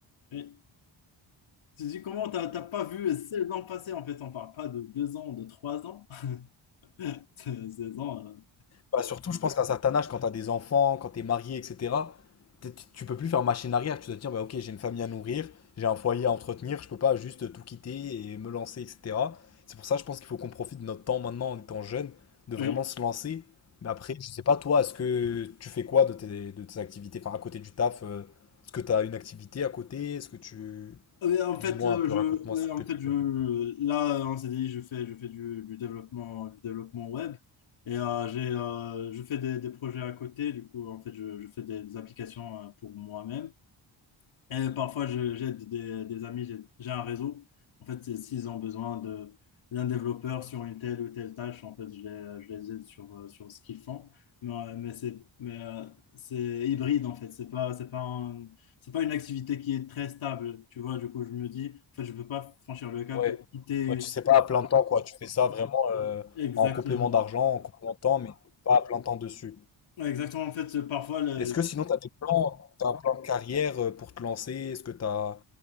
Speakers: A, on the left (about 85°); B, on the left (about 35°).
A: oui. Tu te dis, comment t'as t'as pas vu 16 ans passer? En fait, on parle pas de 2 ans, de 3 ans. <laughs> 16 ans, euh,
B: Bah, surtout, je pense qu'à un certain âge, quand t'as des enfants, quand t'es marié, etc., t'es- tu tu peux plus faire machine arrière. Tu dois te dire, bah, ok, j'ai une famille à nourrir, j'ai un foyer à entretenir, je peux pas juste tout quitter et me lancer, etc. C'est pour ça, je pense qu'il faut qu'on profite de notre temps maintenant en étant jeune, de
A: oui.
B: vraiment se lancer. Mais après, je sais pas, toi, est-ce que tu fais quoi de tes, de tes activités? Enfin, à côté du taf, euh, est-ce que t'as une activité à côté? Est-ce que tu.
A: Oui, en fait,
B: Dis-moi
A: euh,
B: un peu,
A: je,
B: raconte-moi
A: ouais,
B: ce
A: en
B: que tu
A: fait, je,
B: fais.
A: là, euh, on s'est dit, je fais, je fais du, du développement, du développement web. Et euh, j'ai, euh, je fais des, des projets à côté. Du coup, en fait, je, je fais des, des applications euh, pour moi-même. Et parfois, je- j'aide des, des amis, j'ai j'ai un réseau. En fait, c'est- s'ils ont besoin de, d'un développeur sur une telle ou telle tâche, en fait, je les, je les aide sur, euh, sur ce qu'ils font. Mais, euh, mais c'est, mais, euh, c'est hybride, en fait. C'est pas, c'est pas un- c'est pas une activité qui est très stable. Tu vois, du coup, je me dis, en fait, je peux pas franchir le cap
B: Ouais.
A: et quitter
B: Ouais, tu sais pas à plein temps, quoi. Tu fais ça vraiment euh,
A: exactement.
B: en complément d'argent, en complément de temps, mais pas à plein temps dessus.
A: Ouais, Exactement, en fait, parfois, le-
B: Est-ce que sinon, tu as des plans, t'as un plan de carrière euh, pour te lancer? Est-ce que tu as.